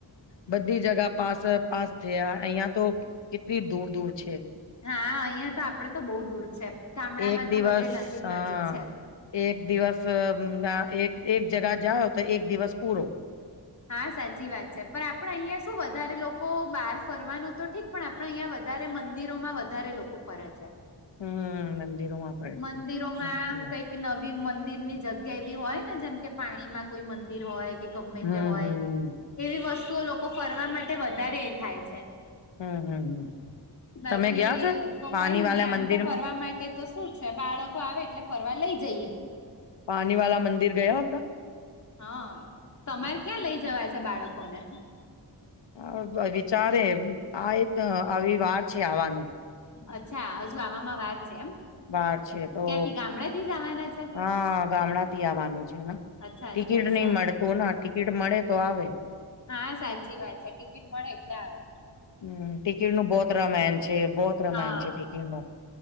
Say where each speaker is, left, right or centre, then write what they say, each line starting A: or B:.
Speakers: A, on the left; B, on the left.
A: બધી અ જગા પાસ જ પાસ છે અહિયા તો કેટલી દૂર દૂર છે.
B: હા અહિયાં તો આપડે તો બહુ દૂર છે ગામડામાં
A: એક
B: તો
A: દિવસ
B: બધે નજીક
A: હા
B: નજીક છે.
A: એક દિવસ અ એક જગા જાઓ તો એક દિવસ પૂરો.
B: હા સાચી વાત છે પણ આપડે અહિયાં શું વધારે લોકો બહાર ફરવાનું તો ઠીક પણ આપણે અહીંયા વધારે મંદિરોમાં વધારે લોકો ફરે છે.
A: હમમ મંદિરોમાં ફરે
B: મંદિરોમાં
A: છે સાચી વાત.
B: કઈક નવી મંદિર ની જગ્યા એવી હોય ને જેમ કે પાણીમાં કોઈ મંદિર હોય. કે ગમે તે
A: હમ
B: હોય
A: હમ
B: એવી વસ્તુઓ લોકો ફરવા માટે વધારે એ થાય છે.
A: હમ હમ હમ
B: બાકી
A: તમે ગયા છો
B: તો
A: પાણી
B: કઈ
A: વાલા
B: નહી આમ
A: મંદિર
B: તો ફરવા માટે તો શું છે બાળકો આવે એટલે ફરવા લઈ જઈએ.
A: પાણી વાલા મંદિર ગયા તા
B: હા તમારે ક્યાં લઈ જવાય છે બાળકો ને?
A: હા વિચારે આ આવિ વાર છે આવવાનું.
B: અચ્છા હજુ આવામાં વાર છે એમ.
A: વાર છે તો
B: ક્યાંથી ગામડે થી જવાના છે
A: હા ગામડાથી આવવાનું છે ને.
B: અચ્છા
A: ટિકિટ
B: અચ્છા અચ્છા
A: નહી મળતું અને ટિકિટ મળે તો આવે.
B: હા સાચી વાત છે ટિકિટ મળે એટલે આવે.
A: હમમ ટિકિટનું બહુંત રામાયણ છે, બહુંત રામાયણ
B: હા
A: છે ટિકિટ નું